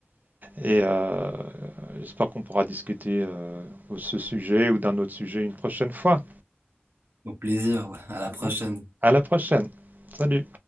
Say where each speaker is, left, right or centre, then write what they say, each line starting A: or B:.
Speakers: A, on the right (about 45°); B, on the right (about 80°).
A: Et euh, j'espère qu'on pourra discuter euh, de ce sujet ou d'un autre sujet une prochaine fois.
B: Au plaisir. ouais. À la
A: Grand.
B: prochaine.
A: À la prochaine. Salut.